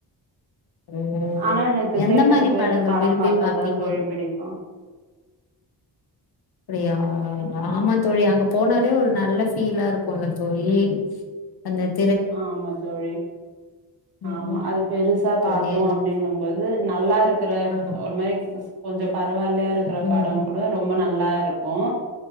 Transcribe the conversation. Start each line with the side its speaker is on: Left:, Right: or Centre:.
Left: ஓ
Right: ஆனா எனக்கு
Left: எந்த
Right: தேட்டர்
Left: மாரி
Right: போயிட்டு
Left: படங்கள்
Right: படம்
Left: விரும்பி
Right: பார்த்தா
Left: பாப்பீங்க
Right: தா தோழி பிடிக்கு
Left: அப்டியா ஆமா தோழி அங்க போனாலே ஒரு நல்ல ஃபீலா இருக்குல்ல தோழி வந்து
Right: ஆமா தோழி
Left: ம்
Right: ஆமா
Left: ம்
Right: அது பெருசா
Left: தோழி
Right: பாத்தோ ப்டினும் போது நல்லா இருக்குற
Left: ஆ
Right: ஒரு மாரி க் கொஞ்ச பரவா இல்லையா இருக்குற
Left: ம்
Right: பட கூட ரொம்ப நல்லா இருக்கு